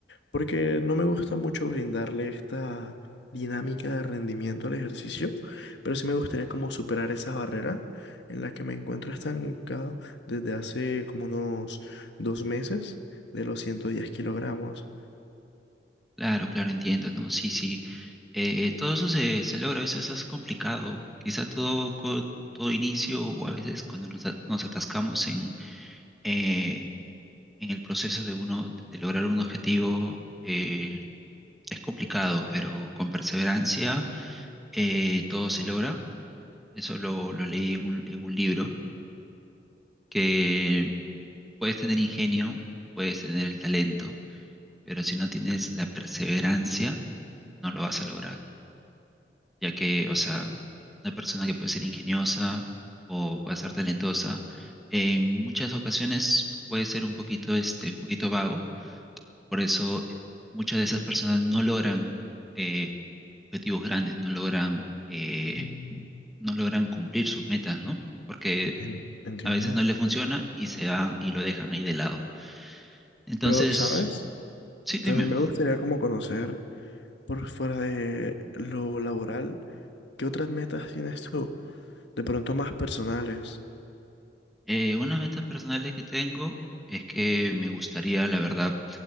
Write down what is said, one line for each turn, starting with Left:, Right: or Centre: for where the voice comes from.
Left: porque no me gusta mucho brindarle esta dinámica de rendimiento al ejercicio, pero sí me gustaría como superar esa barrera en la que me encuentro estancada desde hace como unos dos meses de los ciento diez kilogramos.
Centre: Claro, claro, entiendo, ¿no? Sí, sí. Eh, todo eso se, se logra, a veces es complicado. Quizá todo, co- todo inicio o a veces cuando nos, a- nos atascamos en, eh, en el proceso de uno, de lograr un objetivo, eh, es complicado, pero con perseverancia eh, todo se logra. Eso lo, lo leí en un, en un libro, que puedes tener ingenio, puedes tener el talento, pero si no tienes la perseverancia, no lo vas a lograr. ya que, o sea, una persona que puede ser ingeniosa o puede ser talentosa, en muchas ocasiones puede ser un poquito, este, un poquito vago, por eso muchas de esas personas no logran eh, objetivos grandes, no logran, eh,
Left: Mm,
Centre: no logran cumplir sus metas, ¿no? Porque
Left: en- Entiendo.
Centre: a veces no les funciona y se van y lo dejan ahí de lado. Entonces,
Left: Pero, ¿sabes?
Centre: sí, dime.
Left: También me gustaría como conocer por fuera de lo laboral, ¿qué otras metas tienes tú? De pronto más personales.
Centre: Eh, unas metas personales que tengo es que me gustaría, la verdad,